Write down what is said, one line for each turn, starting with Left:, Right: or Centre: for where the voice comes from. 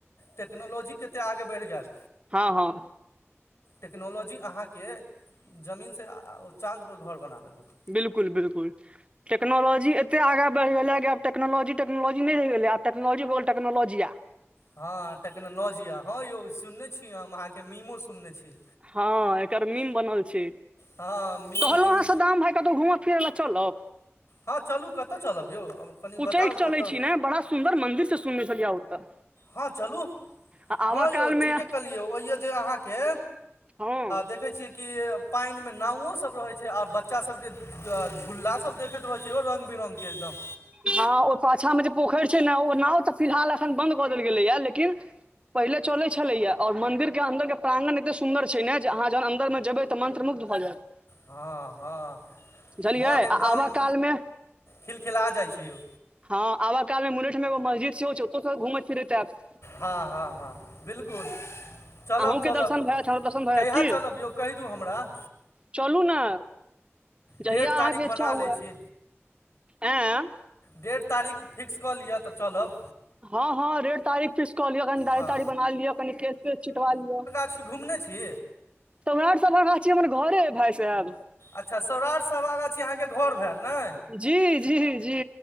Left: टेक्नोलॉजी कतेक आगे बइढ़ गेल
Right: हँ हँ
Left: टेक्नोलॉजी अहाँके जमीनसँ चाँदपर घर बना देलक
Right: बिलकुल बिलकुल टेक्नोलॉजी एत आग बढ़ गेल ह कि आ टेक्नोलॉजी टेक्नोलॉजी नइ गेलै आ टेक्नोलॉजी बहु टेक्नोलॉजी आ
Left: हँ टेक्नोलॉजी यए हँ यौ सुनने छी हम अहाँके मीमो सुनने छी
Right: हँ एकर मीम बनल छै
Left: हँ मीम
Right: कहलहुँ
Left: तीम
Right: अहाँ सदाम भाय कतहु घूम फिर लए चलब
Left: हँ चलू कत चलब यौ कनि
Right: उच्चैठ
Left: बताउ
Right: चलै
Left: कतय
Right: छी ने बड़ा सुन्दर मन्दिर से सुनने छलियै या ओतऽ
Left: हँ चलू
Right: आ
Left: हँ
Right: आबऽ
Left: यौ
Right: काल
Left: ठीके
Right: मे
Left: कहलियै ओहि यऽ जे अहाँके
Right: हँ
Left: देखै छियै कि पानि मे नावो सब रहै छै आओर बच्चा सबके झूलला सब देखैत रहै छि ओहो रंग बिरङंग के एकदम
Right: हँ ओ पाछाँ में जे पोखैर छै ने ओ नाव तऽ फिलहाल एखन बन्द कऽ देल गेलैया लेकिन पहिले चले छलेैा और मंदिर के अन्दर के प्रांगन एते सुंदर छै ने जे अहाँ जहन अन्दर मे जेबे तऽ मंत्रमुग्ध भऽ जयत
Left: हँ हँ
Right: बुझलियै
Left: मन
Right: आ
Left: एकदम
Right: आबऽ कालमे
Left: खिलखिला जाइ छै यौ
Right: हँ आब काल मे मुलेठ मे मस्जिद छै सेहो चोको स घूमैत फिरैत आब
Left: हँ हँ हँ बिलकुल चलब
Right: अहूँके
Left: चलब
Right: दर्शन भए जायत हमरो दर्शन भए
Left: कहिया
Right: जायत की
Left: चलब यौ कही दू हमरा
Right: चलू ने जहिया
Left: डेढ़ तारीख
Right: अहाँके इच्छा
Left: बना
Right: हुए
Left: लै छी
Right: आँय
Left: डेढ़ तारीख फिक्स कऽ लिअ तऽ चलब
Right: हँ हँ रेड तारीख फिक्स कऽ लियो कनि गाड़ी
Left: हँ
Right: ताड़ी बना लियो कनि केश व चिटवा लियो
Left: छी घूमने छी
Right: तोरार सबा छियै हमर घरे भाय साहेब
Left: अच्छा सौराठ स आगाछ अहाँके घर भेल ने
Right: जी जी जी